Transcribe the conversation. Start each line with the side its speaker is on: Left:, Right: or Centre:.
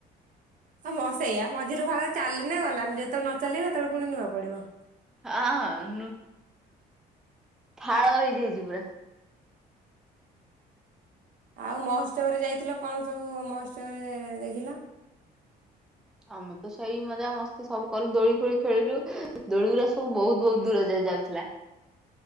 Right: ହ ମ ସେଇଆ ମଝିରୁ ଫାଳ ଚାଲୁନେ ଗଲା ଯେତେବେଳେ ନ ଚାଲିବ ହେତେଳେ ପୁଣି ନୁଆ ପଡିବ।
Centre: ହଁ ନୁଁ ଫାଳ ହେଇଯାଇଚି ପୁରା।
Right: ଆଉ ମହୋତ୍ସବରେ ଯାଇଥିଲ କଣ ସବୁ ମହୋତ୍ସବରେ ଦେଖିଲ?
Centre: ଆମେ ତ ସେଇ ମଜା ମସ୍ତି ସବୁ କଲୁ ଦୋଳି ଫୋଳି ଖେଳିଲୁ ଦୋଳିିଗୁରା ସବୁ ବହୁତ ବହୁତ ଦୂର ଯାଏ ଯାଉଥୁଲା। <inaudible>